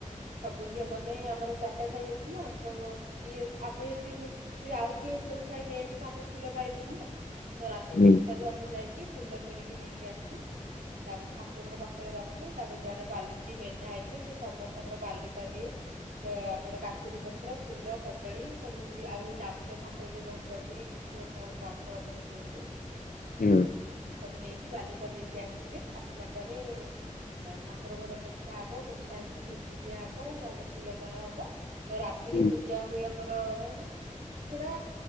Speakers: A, on the right (about 85°); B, on the left (about 85°).
A: ସବୁ ଝିଅ ମାନେ ଆମର ଚାରଟା ସାହି ଅଛି ନା ତ କିଏ ଆମେ ଯଦି ଆଉ କିଏ କୋଉ ସାହି ନେଇଆସେ ତ ଆମେ ଫୁଲ ପାଇବୁନି ନା। ତ ରାତି
B: ହୁଁ
A: ତିନିଟାରୁ ଆମେ ଯାଇକି ଫୁଲ ତୋଳିକି ନେଇକି ଆସୁ। ତାପରେ ଠାକୁରଙ୍କ ପାଖରେ ରଖୁ ତାପରେ ଜଣେ ବାଲି ଯିଏ ମେଣ୍ଢା ହେଇଥିବ ସେ ସମସ୍ତଙ୍କର ବାଲୁକା ଦିଏ। ସେ ଆମର କାକୁଡି ପତ୍ର ଫୁଲ କଦଳୀ ସବୁ ଏମିତି ଆଉ ଗୋଟେ ଦାନ୍ତ ଠାକୁର ଯୋଉ ଘସନ୍ତି ସେ କଣ ଦାନ୍ତ <unintelligible> ଗୋଟେ ଥୁଅନ୍ତି।
B: ହୁଁ।
A: ସବୁ ନେଇକି ବାଲୁକା ଦେଇକି ଆସିବେ। ଆସିଲା ପରେ ଅ ଠାକୁର ଘର ପୋଛା ହବ ପୋଛା ହେଇକି ଝୋପି ଦିଆହବ ତାପରେ ଫୁଲମାଳ ହବ। ତ ରାତିରେ
B: ହୁଁ।
A: ପୂଜା ହୁଏ ଆମର। ଉଖୁଡା